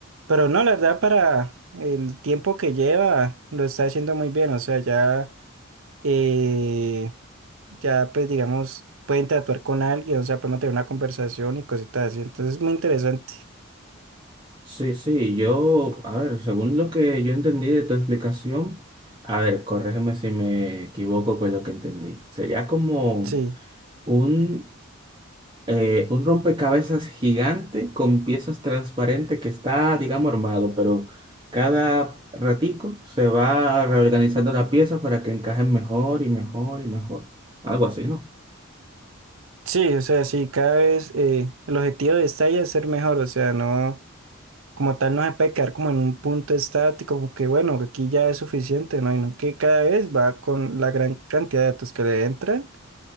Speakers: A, on the right; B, on the right.
A: pero no, la verdad para el tiempo que lleva lo está haciendo muy bien, o sea, ya... eh, ya pues digamos, puede interactuar con alguien, o sea, puede mantener una conversación y cositas así. Entonces es muy interesante.
B: Sí, sí, yo, a ver, según lo que yo entendí de tu explicación, a ver, corrígeme si me equivoco con lo que entendí. Sería como
A: Sí,
B: un, eh, un rompecabezas gigante con piezas transparentes que está, digamos, armado, pero cada ratico se va reorganizando la pieza para que encajen mejor y mejor y mejor. Algo así, ¿no?
A: sí, o sea, sí, cada vez eh, el objetivo de esta IA es ser mejor, o sea, no, como tal no se puede quedar como en un punto estático, como que bueno, aquí ya es suficiente, ¿no? Y no que cada vez va con la gran cantidad de datos que le entran,